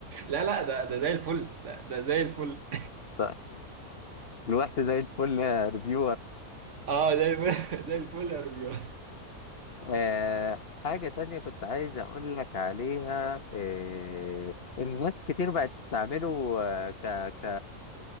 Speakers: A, on the right; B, on the left.
A: لا لا ده ده زي الفل ده ده زي الفل
B: طيب، الوقت زي الفل يا ريفيو
A: <laughs> اه زي الفل <laughs> زي الفل يا رجولة
B: آه حاجة تانية كنت عايز أقول لك عليها آه الناس كتير بقت تستعمله آه، ك ك